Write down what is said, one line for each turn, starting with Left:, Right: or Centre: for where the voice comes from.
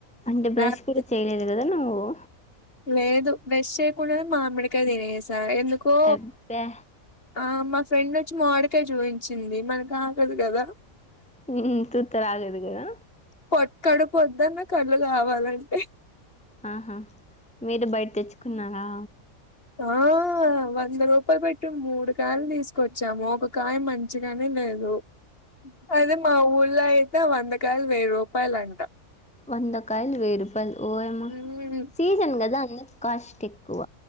Centre: అంటే బ్రష్
Left: లేకపోతే
Centre: కూడా చేయలేదు కదా నువ్వు ఓ
Left: లేదు వెస్ట్ చేయకుండాద మామిడికాయ తినేస్త స ఎందుకో
Centre: అబ్బా
Left: ఆ మా ఫ్రెండ్ వచ్చి మాడికాయ చూపించింది మనకు ఆగదు కదా
Centre: ఉ తూతరా ఆగదు కదా
Left: పొట్ కడుప్ పొదున్న కళ్లు కావాలంటై
Centre: ఆహా మీరు బయట తెచ్చుకున్నారా
Left: ఆ వంద రూపాయలు పెట్టి మూడు కాయలు తీసుకొచ్చాము ఒక కాయ మంచిగానే లేదు అదే మాఊల్యితే కిలో వందకాయలు వెయ్యి రూపాయలు అంట
Centre: వందకాయల్ వేయ్ రుపాయల్ ఓమ్మా
Left: ఉమ్
Centre: సీజన్గాదా అందుకే కాష్ట్ ఎక్కువ